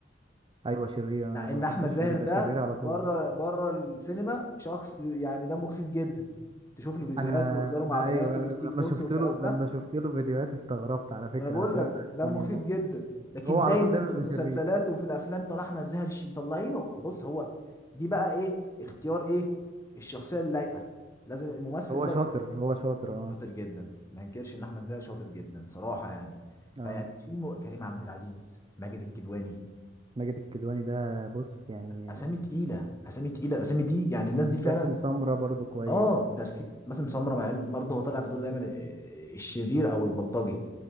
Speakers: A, on the right; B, on the left.
A: ايوه شرير انا
B: مع
A: ما
B: ان
A: بحبوش
B: احمد زاهر
A: عشان بيبقى
B: ده
A: شرير على
B: بره
A: طول
B: بره السينما شخص يعني دمه خفيف جدا تشوف له فيديوهات
A: انا
B: وهزاره مع
A: انا
B: بناته
A: ايوه
B: والتيك
A: أيوة، لما
B: توكس
A: شفت
B: والكلام
A: له لما
B: ده
A: شفت له فيديوهات استغربت على فكرة
B: ما انا بقول
A: عشان
B: لك
A: انا
B: دمه
A: يعني
B: خفيف
A: ما-
B: جدا لكن
A: هو على
B: دايما
A: طول دايما
B: في
A: بيبقى
B: المسلسلات
A: شرير
B: وفي الافلام طلع احمد زاهر الش مطلعينه بص هو دي بقى ايه اختيار ايه الشخصيه اللايقه لازم الممثل
A: هو
B: ده
A: شاطر هو شاطر اه
B: شاطر جدا ما انكرش ان احمد زاهر شاطر جدا صراحه يعني
A: اه
B: فيعني في م... كريم عبد العزيز ماجد الكدواني
A: ماجد الكدواني ده بص يعني
B: اسامي تقيله اسامي تقيله الاسامي دي يعني الناس دي فعلا
A: باسم سمرة برضو كويس
B: اه درسي باسم سمره مع انه برضه هو طالع في دور دايما ال- الشرير او البلطجي